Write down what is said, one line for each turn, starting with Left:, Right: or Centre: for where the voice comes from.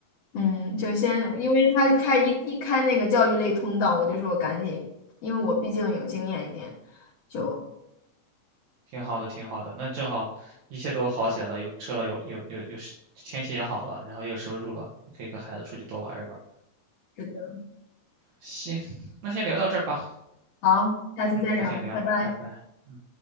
Left: 嗯，就先，因为他开一一开那个教育类通道，我就说我赶紧，因为我毕竟有经验一点，就，
Right: 挺好的，挺好的。那正好一切都好起来了，有车了，有有有有时，天气也好了，然后也有收入了，可以跟孩子出去多玩一玩。
Left: 是的，
Right: 行，那先聊到这儿吧，
Left: 好，下次再聊，
Right: 嗯，改天聊，
Left: 拜拜。
Right: 拜拜。嗯。